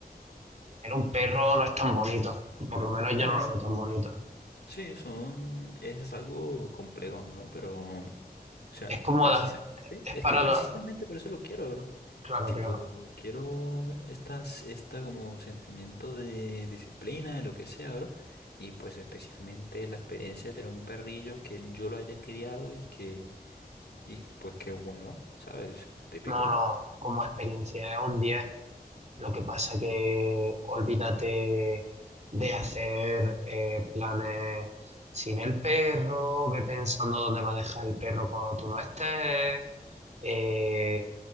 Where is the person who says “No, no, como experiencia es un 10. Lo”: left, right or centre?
Right